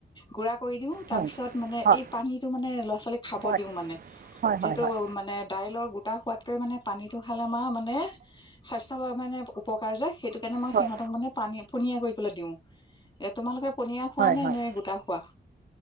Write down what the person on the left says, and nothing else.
গুৰা কৰি দিওঁ তাৰপিছত
মানে
এই পানীটো মানে ল'ৰা ছোৱালীক খাব
দিও মানে
যিহেতু
মানে দাইলৰ গো টা সোৱাদকৈ মানে পানীটো খালে আমাৰ মানে স্বাস্থ্য মানে উপকাৰ যে সেইটো সেইকাৰণে মই
সিহঁতক মানে পানী পনীয়া কৰি পেলাই দিওঁ এ তোমালোকে পনীয়া খোৱা
নে
নে গোটা খোৱা